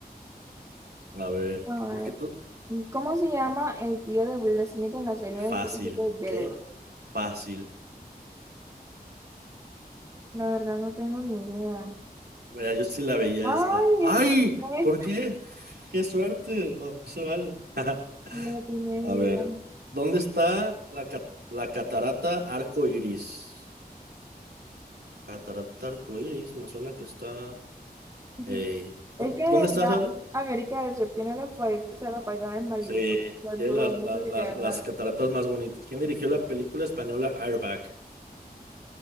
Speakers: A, on the right; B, on the right.
A: A ver,
B: A ver,
A: porque tú.
B: ¿cómo se llama el tío de Will Smith en la serie
A: Qué Fácil,
B: de Peaky Blinders?
A: qué fácil.
B: La verdad no tengo ni idea.
A: Mira, yo sí la veía
B: Ay,
A: esa. ¡Ay!
B: <laughs>
A: ¿Por qué? ¡Qué suerte! No se vale. <laughs>
B: No tiene
A: A ver,
B: idea.
A: ¿dónde está la, ca- la catarata Arco Iris? Catarata Arco Iris, me suena que está.
B: Ujú.
A: eh, ¿dó-
B: Es que
A: ¿Dónde
B: de verdad,
A: está, sabes?
B: América del Sur tiene los países, o sea, los paisajes más
A: Sí,
B: lindos. O sea,
A: tiene
B: dudo
A: las, las,
B: mucho
A: las,
B: que quedara.
A: las cataratas más bonitas. ¿Quién dirigió la película española Airbag?